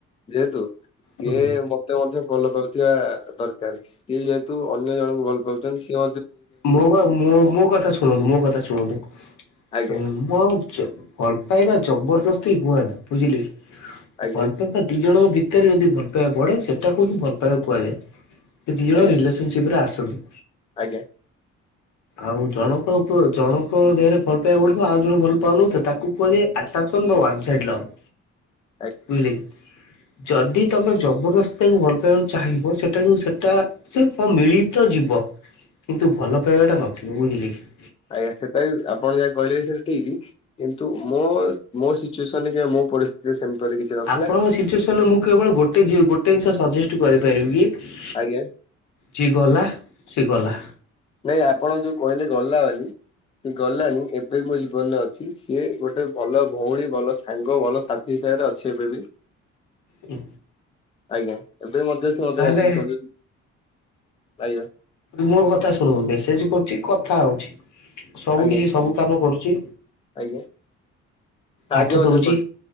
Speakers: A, on the left; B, on the left.
A: ଯେହେତୁ ସିଏ
B: ହୁଁ।
A: ତ ମଧ୍ୟ ଭଲ ପାଉଥିବା ଦରକାର ସିଏ ଯେହେତୁ ଅନ୍ୟ ଜଣଙ୍କୁ ଭଲ ପାଉଛନ୍ତି ସି
B: ମୋ ମୋ କଥା ଶୁଣନ୍ତୁ ମୋ କଥା ଶୁଣନ୍ତୁ।
A: ଆଜ୍ଞା
B: <unintelligible> ଭଲ ପାଇବା ଜବରଦସ୍ତି ହୁଏ ନା ବୁଝିଲେ କି
A: ଆଜ୍ଞା
B: ଭଲପା ଦି ଜଣଙ୍କ ଭିତରେ ଯଦି ଭଲ ପାଇବା ବଢେ ସେଟାକୁ ହିଁ ଭଲ ପାଇବା କୁହାଯାଏ ଦି ଜଣ
A: ଆଜ୍ଞା
B: ରିଲେ ସନ୍ ଶିବ୍ରେ ଆସନ୍ତି।
A: ଆଜ୍ଞା।
B: ଆଉ ଜଣଙ୍କ ଉପ ଜଣଙ୍କ ଦେହରେ ଭଲ ପାଇବାକୁ ପଡୁଥିବ ଆଉ ଜଣେ ଭଲ ପାଉନଥିବ ତାକୁ କୁହାଯାଏ ଆଟରାକ୍ସନ୍ ବା ୱାନ ସାଇଡ ଲଭ୍।
A: ହଁ
B: ବୁଝିଲି ଯଦି ତମେ ଜବରଦସ୍ତିତାକୁ ଭଲ ପାଇବାକୁ ଚାହିଁବ ସେଟାକୁ ସେଟା ସେ ହ ମିଳିତ ଯିବ। କିନ୍ତୁ ଭଲ ପାଇବାଟା ନଥିଲେ ବୁଝିଲି କି।
A: ଆଜ୍ଞା ସେଟା ଆପଣ ଯାହା କହିଲେ ସେଟା ଠିକ। କିନ୍ତୁ ମୋ ମୋ ସିଚୁଏସନରେ ମୋ ପରିଥି ସେମତି କିଛି ନଥିଲା
B: ଆପଣଙ୍କ ସିଚୁଏସନରେ ମୁଁ କେବଳ ଗୋଟେ ଗୋଟେ ଜିନିଷ ସଜେଷ୍ଟ କରିପାରିବି କି
A: ଆଜ୍ଞା।
B: ଯିଏ ଗଲା ସି ଗଲା।
A: ନାଇଁ ଆପଣ ଯୋଉ କହିଲେ ଗଲା ବାଲି ସେ ଗଲାନି ଏବେ ମୋ ଜୀବନରେ ଅଛି ସିଏ ଗୋଟେ ଭଲ ଭଉଣୀ ଭଲ ସାଙ୍ଗ ଭଲ ସା ଥି ହିସାବରେ ଅଛି ଏବେ ବି।
B: ଓ
A: ଆଜ୍ଞା ଏବେ ମଧ୍ୟ ସେ ମତେ
B: ତାହେଲେ
A: ଆସଛି କହୁଛ ଆଜ୍ଞା
B: ମୋ କଥା ଶୁଣନ୍ତୁ ମେସେଜେ କରୁଛି କଥା ହଉଛି ସବୁ
A: ଆଜ୍ଞା
B: କିଛି ସବୁ କାମ କରୁଛି।
A: ଆଜ୍ଞା ସାହାଯ୍ୟ
B: ପାଠ
A: ମଧ୍ୟ
B: ଦଉଛି
A: କରୁଛି।